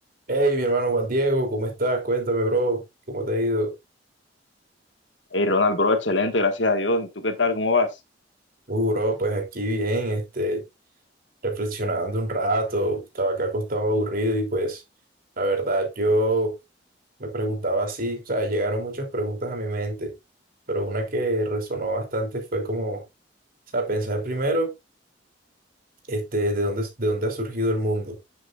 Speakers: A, on the right; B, on the left.
A: Hey, mi hermano Juan Diego, ¿cómo estás? Cuéntame, bro, ¿cómo te ha ido?
B: Hey, Ronald, bro, excelente, gracias a Dios. ¿Y tú qué tal? ¿Cómo vas?
A: Uh, bro, pues aquí bien, este, reflexionando un rato, estaba acá acostado aburrido y pues, la verdad, yo me preguntaba así, o sea, llegaron muchas preguntas a mi mente, pero una que resonó bastante fue como, o sea, pensar primero, este, de dónde, de dónde ha surgido el mundo.